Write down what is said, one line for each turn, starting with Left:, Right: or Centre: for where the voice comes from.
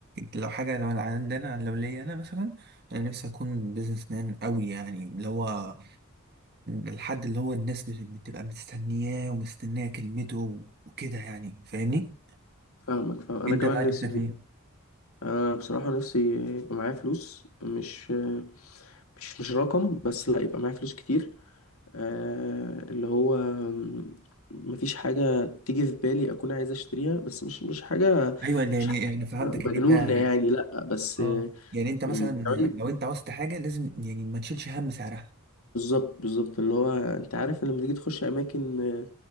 Right: لو حاجة لو انا عندنا لو ليا انا مثلا انا نفسي اكون بيزنس مان قوي يعني اللي هو الحد اللي هو الناس بت- بتبقى مستنياه ومستنية كلمته وكده يعني فاهمني
Left: فاهمك فاهم انا
Right: انت
Left: كمان
Right: بقى
Left: نفسي
Right: نفسك ايه
Left: انا بصراحة نفسي يبقى معايا فلوس مش مش مش رقم بس لا يبقى معايا فلوس كتير آه، اللي هو م- مفيش حاجة تيجي في بالي أكون عايز أشتريها بس مش مش حاجة
Right: ايوه اللي
Left: مش
Right: يعني
Left: حاجة
Right: انا فهمتك
Left: مجنونة
Right: ان انت
Left: يعني لأ بس
Right: اه
Left: آه،
Right: يعني انت مثلا
Left: م- كمان
Right: لو انت عاوزت حاجة لازم يعني ما تشيلش هم سعرها
Left: بالظبط بالظبط اللي هو أنت عارف لما تيجي تخش أماكن آه،